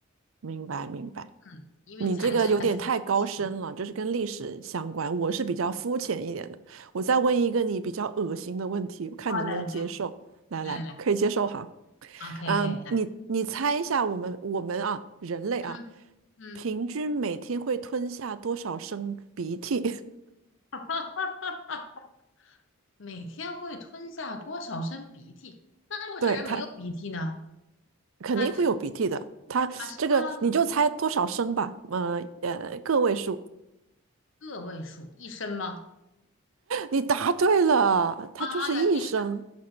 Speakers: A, on the right (about 70°); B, on the left (about 60°).
A: 明白明白。
B: 嗯，因为材质还是比较稀有。
A: 你这个有点太高深了，就是跟历史相关。我是比较肤浅一点的。我再问一个你比较恶心的问题，我看你能不能接受。
B: 哦，来来来
A: 来来，
B: 来来来，
A: 可以接受哈。
B: 好，可以可以来，
A: 嗯，你你猜一下，我们我们啊，人类啊，
B: 嗯嗯，
A: 平均每天会吞下多少升鼻涕？
B: <laughs> 哈哈哈每天会吞下多少升鼻涕？那如果这人没有鼻涕呢？
A: <laughs> 对，它肯定会有鼻涕的。
B: 他 <laughs>
A: 它这个你就猜多少升吧，
B: 啊什么
A: 呃呃，个位数。
B: 个位数？一升吗？
A: 你答对了，它就是一声。
B: 啊呀，一